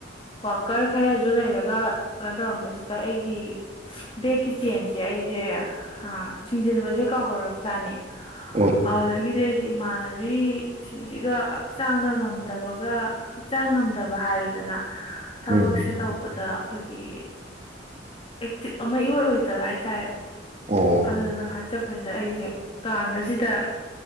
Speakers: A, on the left; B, on the right.
A: ꯋꯥꯀꯔ ꯈꯔꯁꯨ ꯂꯩꯔꯒ ꯀꯩꯅꯣ ꯇꯧꯔꯕꯁꯤꯗ ꯑꯩꯒꯤ ꯕꯦꯛꯀꯤ ꯆꯦꯟꯁꯦ ꯑꯩꯁꯦ ꯆꯤꯡꯖꯤꯟꯕꯁꯦ ꯀꯥꯎꯍꯧꯔꯕꯖꯥꯠꯅꯤ
B: ꯎꯝ ꯑꯣ
A: ꯍꯗꯗꯦ ꯏꯃꯥꯟꯅꯕꯤ ꯁꯤꯡꯁꯤꯒ ꯍꯛꯆꯥꯡꯒ ꯉꯝꯗꯕꯒ ꯍꯛꯆꯥꯡ ꯉꯝꯗꯕ ꯍꯥꯏꯔꯗꯅ ꯊꯕꯛꯁꯦ
B: ꯎꯝ
A: ꯇꯧꯕꯗ ꯑꯩꯈꯣꯏꯒꯤ ꯑꯦꯛꯇꯤꯞ ꯑꯃ ꯏ ꯑꯣꯏꯏ ꯑꯣꯏꯗꯕ ꯍꯥꯏꯇꯥꯔꯦ
B: ꯑꯣ
A: ꯑꯗꯨꯅ ꯍꯥꯏꯆꯠꯄꯁꯦ ꯑꯩꯁꯦ ꯀꯥꯟꯕꯁꯤꯗ